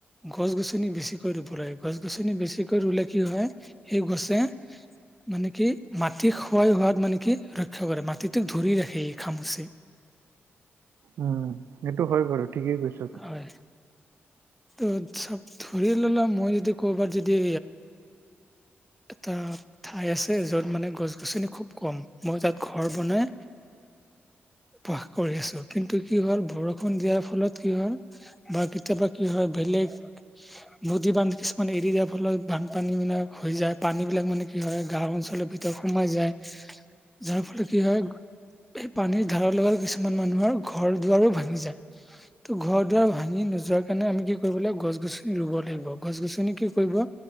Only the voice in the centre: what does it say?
গছ- গছনি বেছিকৈ ৰুব লাগে, গছ -গছনি বেছিকৈ ৰুলে কি হয়, সেই গছে মানে কি মাটি ক্ষয় হোৱাত মানে কি ৰক্ষা কৰে, মাটিটোক ধৰি ৰাখে এই খামুচি।
হয়। ত চব ধৰি ললা মই যদি কৰ'বাত যদি এটা ঠাই আছে যত মানে গছ -গছনি খুব কম, মই তাত ঘৰ বনাই বাস কৰি আছোঁ কিন্তু কি হ'ল বৰষুণ দিয়াৰ ফলত কি হল, বা কেতিয়াবা কি হয় বেলেগ নদী বান্ধ কিছুমান এৰি দিয়াৰ ফলত বানপানী বিলাক হৈ যায় পানী বিলাক মানে কি হয় গাওঁ অঞ্চলৰ ভিতৰত সোমাই যায়, যাৰ ফলত কি হয় এই পানীৰ ধাৰৰ লগত কিছুমান মানুহৰ ঘৰ দুৱাৰো ভাঙি যায়। ত' ঘৰ দুৱাৰ ভাঙি নোযোৱাৰ কাৰণে আমি কি কৰিব লাগিব গছ গছনি ৰুব লাগিব, গছ গছনি কি কৰিব